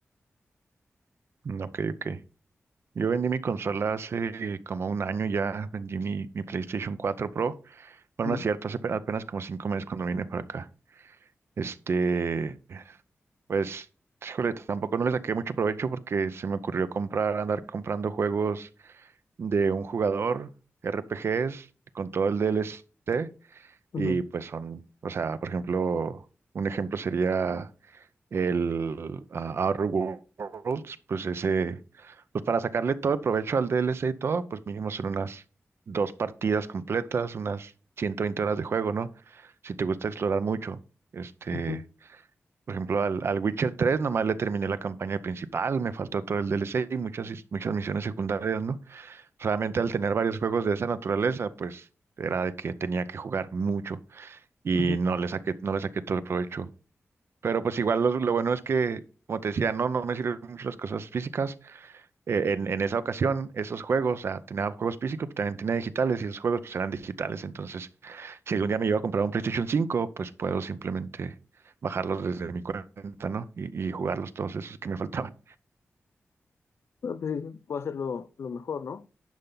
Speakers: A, on the right (about 60°); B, on the left (about 65°).
A: Mm, Ok, ok. Yo vendí mi consola hace eh, como un año ya, vendí mi, mi PlayStation 4 Pro. Bueno,
B: Ujú,
A: no es cierto, hace pe- apenas como cinco meses cuando vine para acá. Este, pues, híjole, tampoco no le saqué mucho provecho porque se me ocurrió comprar, andar comprando juegos de un jugador, RPGs, con todo el DLC,
B: ujú,
A: y pues son, o sea, por ejemplo, un ejemplo sería el ah, Outer Worlds, pues ese, pues para sacarle todo el provecho al DLC y todo, pues mínimo son unas dos partidas completas, unas 120 horas de juego, ¿no? Si te gusta explorar mucho. Este,
B: ujú,
A: por ejemplo, al, al Witcher tres nomás le terminé la campaña principal, me faltó todo el DLC y muchas, his- muchas misiones secundarias, ¿no? Solamente al tener varios juegos de esa naturaleza, pues era de que tenía que jugar mucho y
B: ujú.
A: no le saqué, no le saqué todo el provecho. Pero pues igual lo, lo bueno es que, como te decía, no, no me sirven mucho las cosas físicas. Eh, en, en esa ocasión, esos juegos, o sea, tenía juegos físicos, pero también tenía digitales y esos juegos pues eran digitales. Entonces, si algún día me llevo a comprar un PlayStation 5 pues puedo simplemente bajarlos desde mi cuenta, ¿no? Y, y jugarlos todos esos que me <laughs> faltaban.
B: Pero pues sí, puedo hacerlo lo mejor, ¿no?